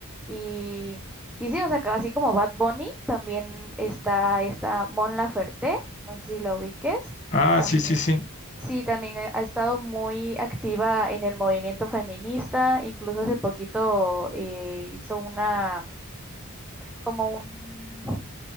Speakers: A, in the centre; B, on the left.
A: Y, y sí, o sea, así como Bad Bunny, también está esta Mon Laferte, no sé si la ubiques,
B: Ah,
A: también.
B: sí, sí, sí.
A: Sí, también ha ha estado muy activa en el movimiento feminista, incluso hace poquito eh, hizo una, como un,